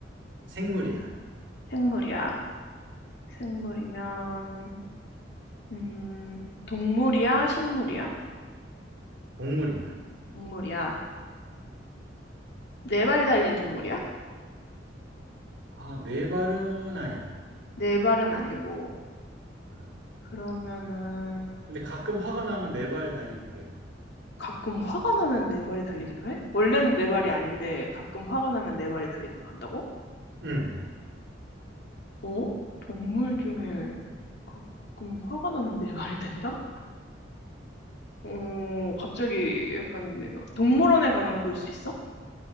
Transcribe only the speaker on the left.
생물이야. 생물이면, 음, 동물이야, 식물이야?
동물이야. 네 발 달린 동물이야?
네 발은 아니고.
그러면은,
가끔 화가 나면 네 발이 달리기도 해? 원래는 네 발이
아닌데 가끔 화가 나면 네 발이 달리기도 한다고?
어? 동물 중에 가끔 화가 나면 네 발이 된다? 어, 갑자기 약간 이게 동물원에 가면 볼 수 있어?